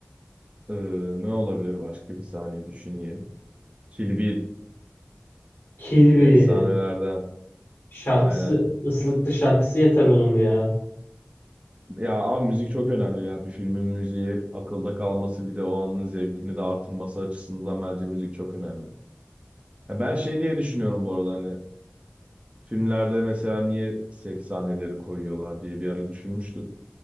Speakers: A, on the right; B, on the left.
A: e, ne olabilir başka bir saniye düşüneyim. Kill Bill
B: Kilby
A: efsanelerden
B: şarkısı
A: aynen.
B: ıslıklı şarkısı yeter onun ya.
A: Ya abi müzik çok önemli ya. Bir filmin müziği akılda kalması bir de o anın zevkini de artırması açısından bence müzik çok önemli. Ha, ben şey diye düşünüyorum bu arada hani filmlerde mesela niye seks sahneleri koyuyorlar diye bir ara düşünmüştüm.